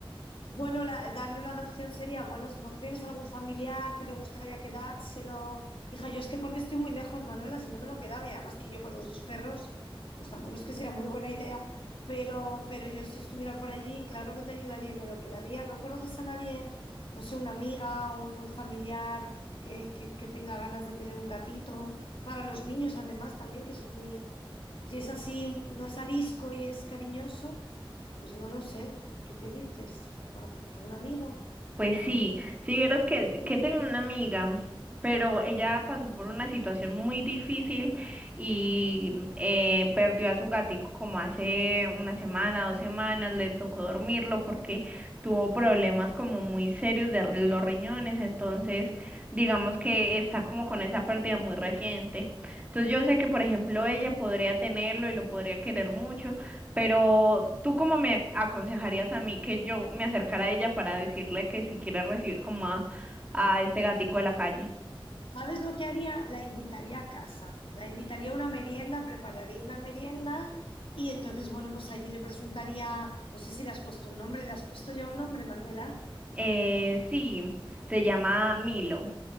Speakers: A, on the left; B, on the right.
A: Bueno, la- darle una adopción sería, bueno, ¿no tienes algún familiar que le gustaría quedárselo? Hija, yo es que porque estoy muy lejos, Manuela, si no me lo quedaba, y además que yo con los dos perros, pues tampoco es que sea muy buena idea, pero, pero yo si estuviera por allí, claro que te ayudaría y me lo quedaría. ¿No conoces a nadie, no sé, una amiga, un familiar que, que, que tenga ganas de tener un gatito? Para los niños, además, también, que son muy... Si es así, no es arisco y es cariñoso, pues no lo sé. ¿Tú qué dices? ¿Algún amigo?
B: Pues sí, si vieras que, que tengo una amiga, pero ella pasó por una situación muy difícil y mm, eh, perdió a su gatico como hace una semana, dos semanas, le tocó dormirlo porque tuvo problemas como muy serios de re- los riñones, entonces digamos que está como con esa pérdida muy reciente. Entonces yo sé que, por ejemplo, ella podría tenerlo y lo podría querer mucho pero tú cómo me aconsejarías a mí que yo me acercara a ella para decirle que si quiere recibir como a, a este gatico de la calle.
A: ¿Sabes lo que haría? La invitaría a casa. La invitaría a una merienda, prepararía una merienda y entonces, bueno, pues allí le presentaría, no sé si le has puesto un nombre, ¿le has puesto ya un nombre, Manuela?
B: Eh, sí, se llama Milo.